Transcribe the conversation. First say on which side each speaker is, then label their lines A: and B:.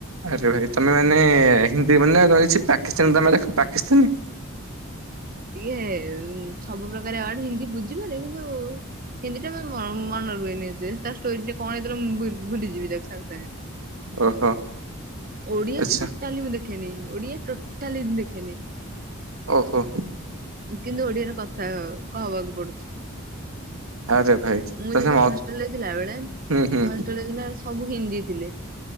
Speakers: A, on the right; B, on the right.
A: ଆରେ ଭାଇ ତମେ ମାନେ ହ <unintelligible> ମାନେ ରହିଛି ପାକିସ୍ତାନ ତମେ ଦେଖ ପା କିନ <inaudible>
B: ଟିକେ ସବୁ ପ୍ରକାରଡ ହିନ୍ଦୀ ବୁଝିପାରେ କିନ୍ତୁ ହିନ୍ଦୀ ଟା ମନ ରୁହେନି ତାଷ୍ଟୋରି ଟେ କଣ ହେଇଥିଲା ମୁଁ ଭୁଲିଯିବି ତା ସାଙ୍ଗେ ସାଙ୍ଗେ
A: ଓହୋ।
B: ଓଡିଆ
A: ଆଚ୍ଛା
B: ତ ଟୋଟାଲି ମୁ ଦେଖି ଦେଖେି ଓଡ଼ିଆ ଟୋଟାଲି ଦେଖେ ନିି।
A: ଓହୋ।
B: କିନ୍ତୁ ଓଡିଆରେ କଥା କହବାକୁ ପଡୁଛି।
A: ଆରେ ଭାଇ
B: ମୁଁ
A: ତାହେଲେ
B: ଯେତେତବେଳେ
A: ମ
B: ହଷ୍ଟେଲରେ ଥିଲା ବଳେ
A: ହୁଁ ହୁଁ
B: ମୁଁ ହଷ୍ଟେଲରେଥିଲ। ସବୁ ହିନ୍ଦୀ ଥିଲେ।